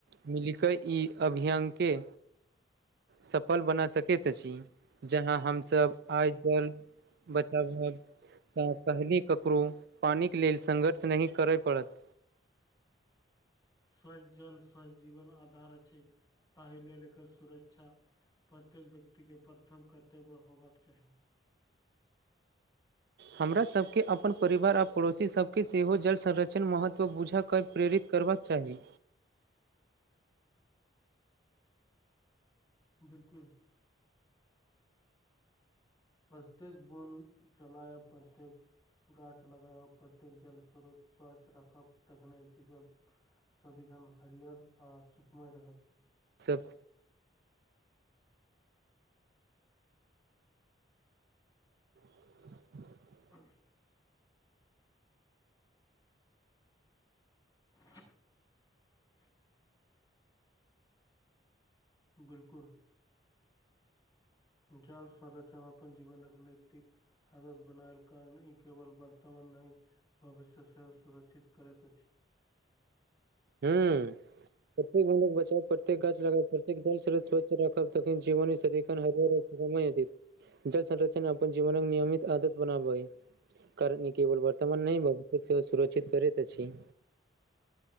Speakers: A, on the right (about 60°); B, on the left (about 25°).
A: मिलिकऽ ई अभियान के सफल बना सकैत अछि जहाँ हम सब आइ जल बचाव ह त पहल क ककरो पानिक लेल संङ्घर्ष नहि करय पड़त
B: स्वच् जल स्वच् जीवन आधार अछै ताहि लेल एकर सुरक्षा प्रत्येक व्यक्ति के प्रथम कर्तव्य होयबाक चाही
A: हमरा सबके अपन परिवार आओर पड़ोसी सबके सेहो जल संरचण महत्व बुझ के प्रेरित करबाक चाही
B: बिलकुल प्रत्येक बन्द चला प्रत्येक गाछ लगाबब प्रतेक जल स्रोत स्वचछ राखब तखने जीवन सदिखन हरिहर आ सुकमय रहत
A: सब <inaudible>
B: <unintelligible> <inaudible> बिलकुल जल संर्षण अपन जीवनक नैतिक हदद बनायल कर ई केवल वर्तमान नय भविष्य सेहो सुरक्षित करैत अछि
A: ह प्रत्येक मन्द बचाउ प्रत्येक गाछ लगाउ प्रत्येक जल स्रोत रखब तखन जीवन सदखन <unintelligible> <unintelligible> जल संरचन अपन जीवनक नियमित आदत बनाबइ कारण ई केवल वर्तमान नहि भहुतिक सेव सुरक्षित करैत अछी